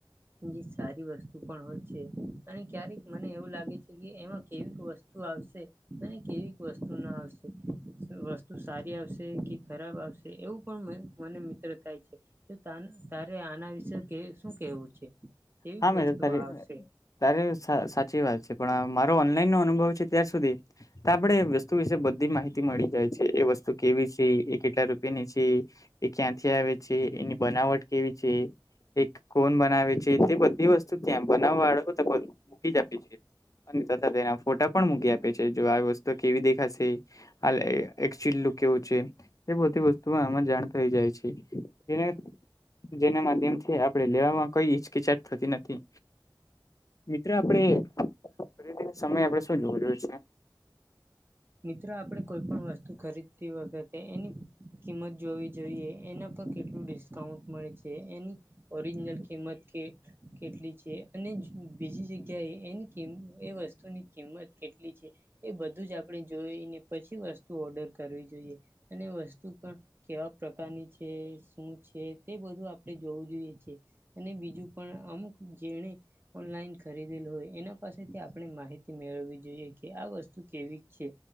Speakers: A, on the right (about 25°); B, on the left (about 45°).
A: જે સારી વસ્તુ પણ હોય છે અને ક્યારેક મને એવું લાગે છે કે એમાં કેવી વસ્તુ આવશે અને કેવી વસ્તુ ના આવશે. વસ્તુ સારી આવશે કે ખરાબ આવશે એવું પણ મને મિત્ર થાય છે. તારે આના વિશે શું કેવું છે? કેવીક
B: હા મે
A: વસ્તુઓ
B: તારી
A: આવશે?
B: તારે સાચી વાત છે. પણ મારો ઓનલાઈન નો અનુભવ છે ત્યા સુધી તો આપડે વસ્તુ વિશે બધી માહિતી મળી જાય છે એ વસ્તુ કેવી છે. એ કેટલા રૂપિયા ની છે એ ક્યાંથી આવે છે એની બનાવટ કેવી એ એક કોન બનાવે છે. તે બધી વસ્તુ ત્યાં બનાવવા વાળા તો મૂકી જ આપીએ છીએ. તથા તેના ફોટા પણ મૂકી આપે છે જો આવી વસ્તુ કેવી દેખાશે. હ લે એકચુલ લુંક કેવું છે. એ બધી વસ્તુ આમાં જાણ થઈ જાય છે એને જેના માધ્યમથી આપડે લેવામાં કોઈ હિચકિચાટ થતી નથી. મિત્ર આપડે ફરિથીન સમય આપડે શું જોવા જઉં છે
A: મિત્ર આપેડે કોઈ પણ વસ્તુ ખરીદતી વખતે એની કિંમત જોવી જોઈએ એના પર કેટલું ડિસ્કાઉન્ટ મળે છે એની ઓરિજિનલ કિંમત કે કેટલી છે અને બીજી જગ્યાએ એની કિંમ એ વસ્તુની કિંમત કેટલી છે. એ બધું જ આપડે જોઈને પછી વસ્તુ ઓર્ડર કરવી જોઈએ અને એ વસ્તુ પણ કેવા પ્રકારની છે શું છે તે બધું આપડે જોવું જોઈએ છે. અને બીજું પણ અમુક જેણે ઓનલાઈન ખરીદેલું હોય એના પાસેથી આપણે માહિતી મેળવવી જોઈએ કે આ વસ્તુ કેવી છે.